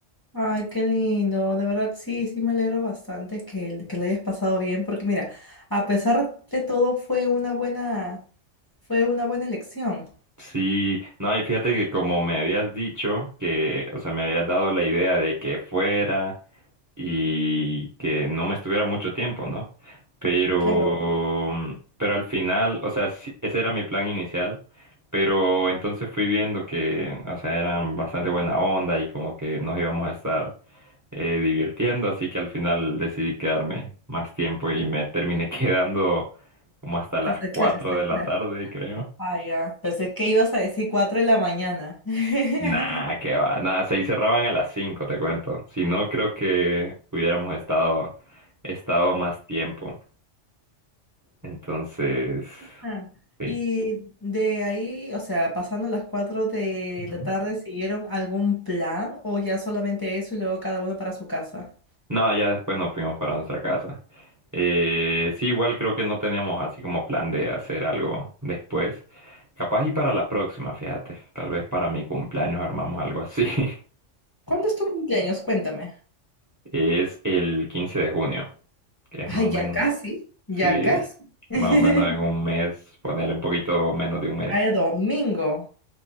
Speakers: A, on the left; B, on the right.
A: ay, qué lindo. De verdad, sí, sí, me alegro bastante que, el- que lo hayas pasado bien, porque mira, a pesar de todo, fue una buena, fue una buena elección.
B: Sí, no, y fíjate que como me habías dicho que, o sea, me habías dado la idea de que fuera. y que no me estuviera mucho tiempo, ¿no? Pero,
A: Claro.
B: mm, pero al final, o sea, sí, ese era mi plan inicial, pero entonces fui viendo que, o sea, eran bastante buena onda y como que nos íbamos a estar eh, divirtiendo, así que al final decidí quedarme más tiempo y me terminé <laughs> quedando como hasta
A: ¿Hasta
B: las 4
A: qué hora? ¿Hasta
B: de
A: qué
B: la
A: hora?
B: tarde, creo.
A: Ah, ya. Pensé que ibas a decir 4 de la mañana. <laughs>
B: Nah, que va. Nada, se cerraban a las 5, te cuento. Si no, creo que hubiéramos estado, estado más tiempo. Entonces,
A: Ajá.
B: sí.
A: Y de ahí, o sea, pasando las 4 de
B: Ujú.
A: la tarde, ¿siguieron algún plan o ya solamente eso y luego cada uno para su casa?
B: No, ya después nos fuimos para nuestra casa. Eh, sí, igual creo que no teníamos así como plan de hacer algo después. Capaz y para la próxima, fíjate. Tal vez para mi cumpleaños armamos algo así. <laughs>
A: ¿Cuándo es tu cumpleaños? Cuéntame.
B: Es el 15 de junio, que es
A: Ay,
B: más o menos,
A: ya casi, ya
B: sí,
A: casi. <laughs>
B: más o menos en un mes, ponerle un poquito menos de un mes.
A: Cae domingo.